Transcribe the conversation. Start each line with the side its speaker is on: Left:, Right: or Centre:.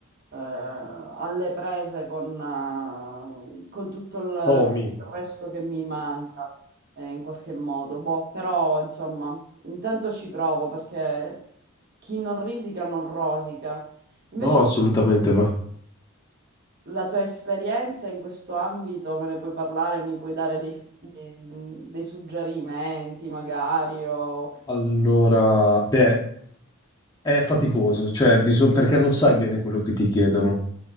Right: eh, alle prese con, eh, con tutto il
Left: Tommy.
Right: il resto che mi manca, eh, in qualche modo. Boh, però, insomma, intanto ci provo perché chi non risica non rosica. Invece
Left: No, assolutamente va.
Right: la tua esperienza in questo ambito me ne puoi parlare, mi puoi dare dei, dei- dei suggerimenti, magari, o
Left: Allora, beh, è faticoso, cioè bisogna, perché non sai bene quello che ti chiedono.